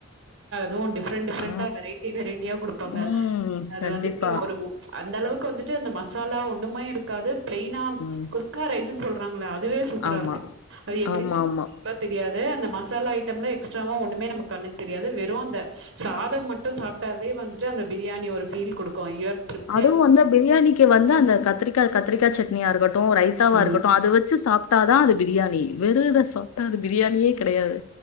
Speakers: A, on the right; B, on the left.
A: துவு டிஃப்ரண்ட் டிஃப்ரண்ட்டா
B: ஆ
A: வெரைட்டி வெரைட்டியா குடுப்பாங்க
B: ம்
A: அது
B: கண்டிப்பா
A: வந்துட்டு ஒரு ஒ அந்தளவுக்கு வந்துட்டு அந்த மசாலா ஆ ஒண்ணுமே இருக்காது ப்லெய்னா
B: ம்
A: குஸ்கா ரைஸுன் சொல்றாங்கல்ல அ துவே சூப்பரா
B: ஆமா.
A: இருக்கு அது எப்டின்னா
B: ஆமா, ஆமா.
A: டையாது அந்த மசாலா ஐட்டம்ல எக்ஸ்ட்ராவா ஒண்ணுமே நம்ம கண்ணுக்கு தெரியாது வெறு அந்த சாதம் மட்டு சாப்ட்டா வே வந்துட்டு அந்த பிரியாணி ஒரு ஃபீல் குடுக்கு ஐயோ திருப்தியா
B: அதுவு வந்த பிரியாணிக்கு வந்து அந்த கத்திரிக்கா கத்திரிக்கா சட்னியா இருக்க ட்டு ரைத்தாவா
A: ம்.
B: இருக்கட்டு அத வெச்சு சா ட்டாதா அது பிரியாணி வெறு இத சாப்ட்டா அது பிரியாணியே கெடயாது